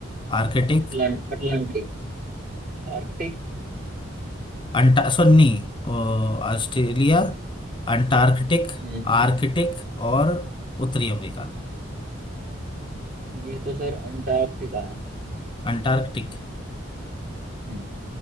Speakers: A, on the left (about 25°); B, on the right (about 45°).
A: आर्कटिक
B: अटलांटिक आर्कटिक
A: अंटा सॉरी नहीं अ, ऑस्ट्रेलिया अंटार्कटिक
B: हम्म
A: आर्कटिक और उत्तरी अमेरिका
B: ये तो सर अंटार्कटिका है
A: अंटार्कटिक
B: हम्म